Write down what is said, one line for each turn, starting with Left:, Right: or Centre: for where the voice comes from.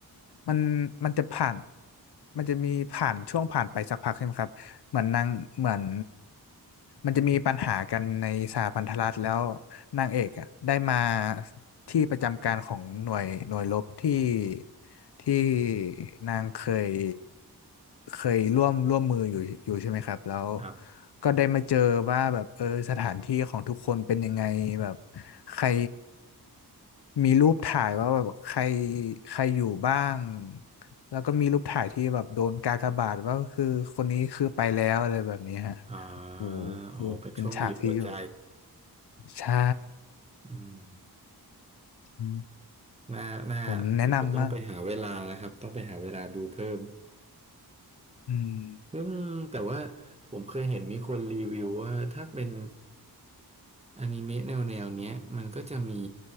Left: มันมันจะผ่านมันจะมีผ่านช่วงผ่านไปสักพักใช่ไหมครับเหมือนนางเหมือนมันจะมีปัญหากันในสหพันธรัฐแล้วนางเอกอะได้มา ที่ประจำการของหน่วยหน่วยรบที่ที่นางเคยเคยร่วมร่วมมืออยู่อยู่ใช่ไหมครับแล้ว
Right: ครับ
Left: ก็ได้มาเจอว่าแบบเออสถานที่ของทุกคนเป็นยังไงแบบใครมีรูปถ่ายว่าแบบใครใครอยู่บ้างแล้วก็มีรูปถ่ายที่แบบโดนกากบาทว่าคือคนนี้คือไปแล้วอะไรแบบนี้ฮะ
Right: อ่า
Left: โอ้โหคือเป็นฉากที่แบบ
Right: โอ้โหเป็นช่วงบีบหัวใจ
Left: ใช่
Right: อืม
Left: อืม
Right: น่าน่าเดี๋ยวต้องไปหาเวลานะครับ
Left: ผมแนะนำมาก
Right: ต้องไปหาเวลาดูเพิ่ม
Left: อืม
Right: อืมแต่ว่าผมเคยเห็นมีคนรีวิวว่าถ้าเป็นอนิเมะแนวแนวเนี้ยมันก็จะมี